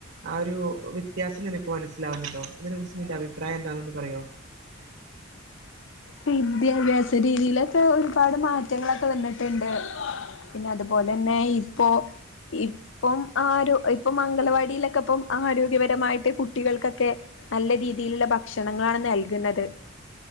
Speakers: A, on the right; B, on the left.
A: ആ ഒരു വ്യത്യാസം നിനക്ക് മനസ്സിലാവുന്നുണ്ടോ അതിനെ കുറിച്ച് നിന്റെ അഭിപ്രായം എന്താണന്ന് പറയോ
B: വിദ്യാഭ്യാസ രീതിയിലൊക്കെ ഒരുപാട് മാ റ്റങ്ങളൊക്കെ വന്നിട്ടുണ്ട് പിന്നെ അതുപോലെ തന്നെ ഇപ്പോ ഇപ്പം ആര ഇപ്പം മംഗലവാടിയിലൊക്കെ ഇപ്പം ആരോഗ്യപരമായിട്ട് കുട്ടികൾക്കൊക്കെ നല്ല രീതിയിലുള്ള ഭക്ഷണങ്ങളാണ് നൽകുന്നത്